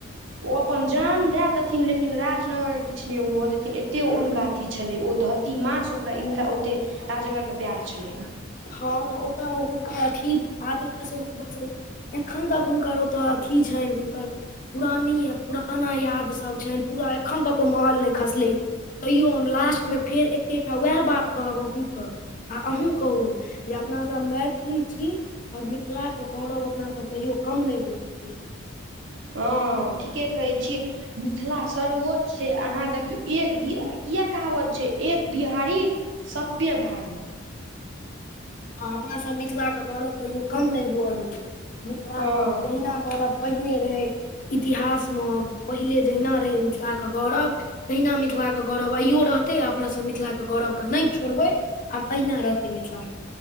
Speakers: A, on the right; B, on the left.
A: ओ अपन जान दए देथिन लेकिन राजनगर के किछु नहि ओ देथिन एते हुनका अथी छलै ओ धर ती मासे ओकरा हिनका ओतेक राजगरके प्यार छलै।
B: हँ तऽ ओतऽ हुनकर अथी आत्मा सेहो बसै एखन तक हुनकर ओतऽ थी छनि हुनकर। पुरानी य पुराना यादसभ छैनि पूरा एखन तक ओ महल नहि खसलै। तैयो हम लास्टमे फेर एकेटा उएह बात कहब अहूँसँ आ अहूँ कहू जे अपनासभ मैथिली छी और मिथिला कऽ गौरव अपनासभ कहियो कम नै हु अ देबै
A: हँ ठीकेँ कहै छियै मिथिला सर्वोच्च छै अहाँ देखियौ एक बि किया कहावत छै एक बिहारी सभ पे भारी
B: आ अपना सभ मिथिला कऽ गैरव कहियो कम नै हुअ दबै मिथिला
A: हँ
B: कऽ जहिने गैरव पहिने रहै इतिहास म पहिले जहिना रहै मिथिला कऽ गौरव तहिना मिथिला गौरव आइयो रहत ते अपना सब मिथिला कऽ गौरव कऽ नै छोड़बै आब अहिना रहतै मिथिला कऽ